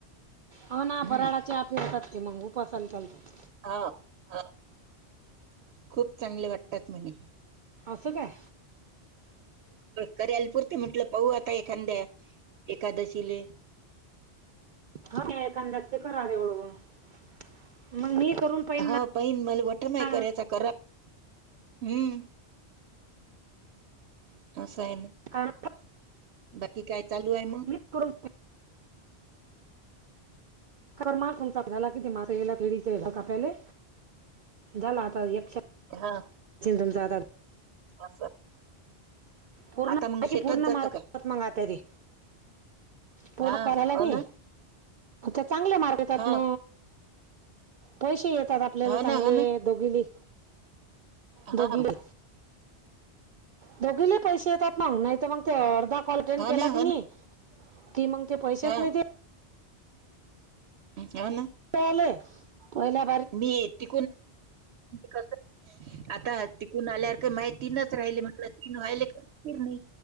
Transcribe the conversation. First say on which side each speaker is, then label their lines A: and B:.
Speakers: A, on the right; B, on the right.
A: हो ना
B: हम्म
A: फराळाचे आपेतात ते मंग उपावासाला चालतात.
B: हा हा खूप चांगले वाटतात म्हणे.
A: असं काय?
B: कर्याला पुरते म्हटलं पाहू आता एखांद्या एकादशीले
A: हा मी एखांदा ते <unintelligible> मग मी करून पाहिन
B: हा पहिन मला वठ
A: ना
B: माई करयचा करप हम्म. असं आहे ने
A: कारण
B: बाकी काय चालू आहे मग?
A: इकडून खर म तुमचं झाला किती मासे याला केळीचे झाड कापयले झालं आता यक्ष
B: हा
A: चिलदल दादा
B: असं
A: पूर्ण
B: आता मग
A: <inaudible>
B: शेतात
A: पूर्ण
B: जातं
A: मार्कं
B: काय
A: येतात मंग आता ते. पोरं
B: हा
A: करायला
B: हो
A: गी
B: ना
A: आता चांगले मार्क येतात
B: हा
A: म. पैशे येतात आपल्याला
B: हो
A: चांगले
B: ना हो
A: दोघीले. दोघीले
B: हां.
A: दोघीले पैशे येतात मंग नाही तर मंग ते अर्धा कॉल ट्अटेंड
B: हो
A: केला
B: ना
A: की
B: हो
A: नाही?
B: ना
A: कि मंग ते पैशेच
B: हा
A: नाही देत
B: येव ना
A: ते आलय होयला
B: मी य <unintelligible> ते कस आता तिकून आल्यावर क माय तीनचं राहिले म्हटलं तीन व्हायले काय फीकीर नाही.